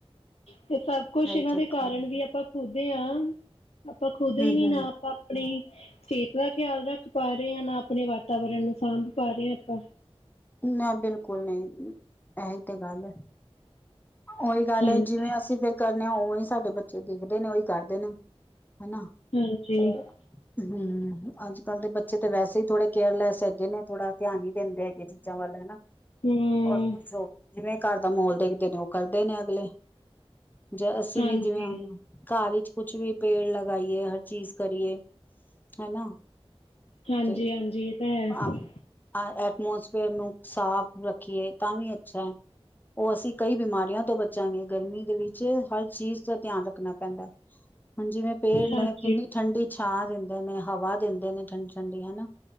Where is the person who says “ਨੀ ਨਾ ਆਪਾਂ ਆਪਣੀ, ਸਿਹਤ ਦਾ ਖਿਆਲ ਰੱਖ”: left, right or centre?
Left